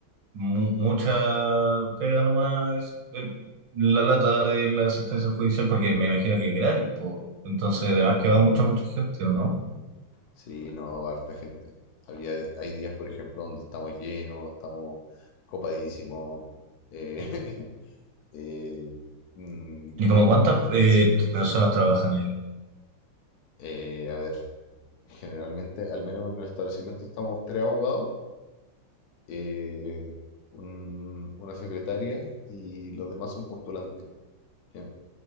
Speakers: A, on the right; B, on the left.
A: mu- mucha pega nomás es el- la lata de la asistencia judicial, porque me imagino que es gratis, po. Entonces, además que va mucha, mucha gente, ¿o no?
B: Sí, no, va harta gente. Había, hay días, por ejemplo, donde estamos llenos, estamos copadísimos. eh, <laughs> eh, mm,
A: ¿Y como cuántas
B: ve-
A: eh,
B: veces,
A: personas trabajan ahí?
B: eh, a ver, generalmente, al menos en el establecimiento, estamos tres abogados, eh, un- una secretaria y los demás son postulantes, ¿ya?